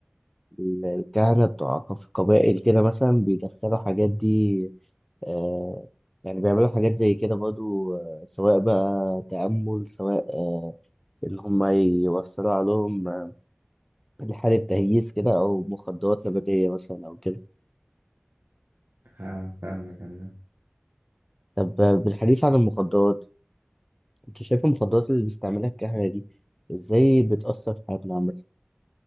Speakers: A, in the centre; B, on the right (about 65°).
A: ال- الكهنة بتوع قف- قبائل كده مثلا بيدخلوا حاجات دي آه يعني بيعملوا حاجات زي كده برضو آه سواء بقى تأمل سواء آه إن هما يوصلوا عليهم آه، لحالة تهييس كده أو مخدرات نباتية مثلا أو كده.
B: اه فاهمك عامة
A: طب بالحديث عن المخدرات انت شايف المخدرات اللي بيستعملها الكهنة دي ازاي بتأثر في حياتنا عامة؟